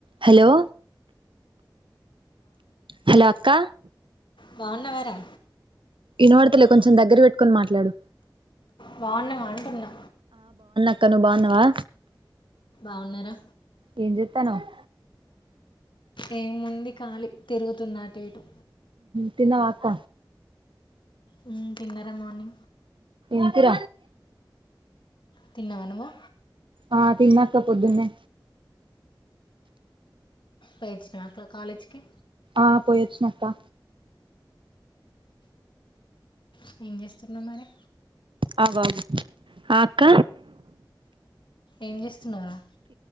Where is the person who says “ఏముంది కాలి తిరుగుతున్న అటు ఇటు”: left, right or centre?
Left